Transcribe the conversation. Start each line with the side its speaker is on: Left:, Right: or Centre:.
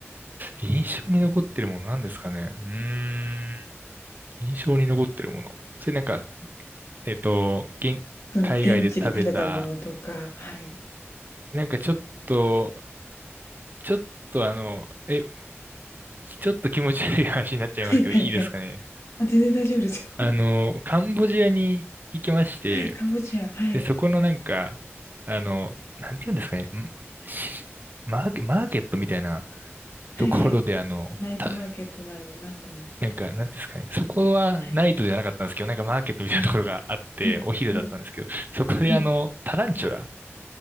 Right: 印象に残ってるものなんですかねうーん。印象に残ってるもの。それなんか、えっと、現、
Left: その現地で食べたものとか、
Right: 海外で食べた、
Left: はい。
Right: なんかちょっと、ちょっとあの、え、ちょっと気持ち悪い話になっちゃいますけど、
Left: はいはいはい。
Right: いいですかね。
Left: あ、全然大丈夫ですよ。
Right: あの、カンボジアに行きまして、
Left: <laughs> はい、カンボジア、はい。
Right: で、そこのなんか、あの、なんていうんですかね、んしマーケ、マーケットみたいな
Left: はいはい。
Right: ところで、あの、
Left: ナイトマーケットなどなんだろうみたいな。
Right: た、なんか、なんていうんですかね、そこはナイトじゃなかったんですけど、
Left: はい、
Right: なんかマーケットみたいなところがあって、
Left: はい、はい、
Right: お昼だったんですけど、
Left: はい、
Right: そこであの、
Left: はい。
Right: タランチュラ、